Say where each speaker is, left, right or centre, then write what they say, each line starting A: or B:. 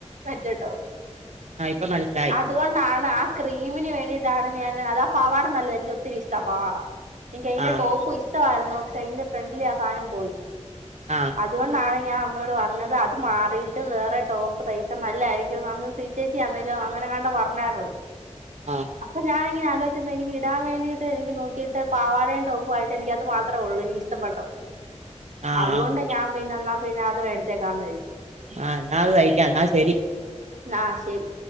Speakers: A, on the right (about 85°); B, on the right (about 65°).
A: പറ്റട്ടോ
B: ആഹ് ഇപ്പൊ മനസ്സിലായി
A: അതുകൊണ്ടാണ് ആ ക്രീമിന് വേണ്ടിയിട്ടാണ് ഞാൻ അത പാവാട നല്ലതാ എനിക്ക് ഒത്തിരിഷ്ടമാ പാവാട എനിക്ക്അയിന്റെ
B: ആഹ്
A: ടോപ്പും ഇഷ്ടമായിരുന്നു പക്ഷേ അയിന്റെ ഫ്രണ്ടില ആ സാധനം പോയി
B: ആഹ്
A: അത് വന്ന നളെ ഞാൻ അമ്മയോട് പറഞ്ഞത് അത് മാറിയിട്ട് വേറെ ടോപ്പ് തയ്ച്ചാ നല്ലായിരിക്കും അന്ന് സീചേച്ചി ആന്നലും അങ്ങനെയാണ്ട് പറഞ്ഞാരുന്നു
B: ആഹ്
A: അപ്പൊ ഞാൻ ഇങ്ങനെ <unintelligible> വെച്ചപ്പോ എനിക്ക് ഇടാൻ വേണ്ടീട്ട് എനിക്ക് നോക്കിയിട്ട് പാവാടയുംടോപ്പു ആയിട്ട് എനിക്കത് മാത്രേ ഒള്ളൂ എനി‌ക്കിഷ്ടപ്പെട്ടത്
B: ആഹ്
A: അതുകൊണ്ട്
B: ആഹ്
A: ഞാൻ പിന്നെന്ന പിന്നതു മേടിച്ചേക്കാന്ന് കരുതി
B: ആഹ് ഇന്നാ അത് കയിക്കാം എന്നാ ശരി
A: ന്നാ ശെരി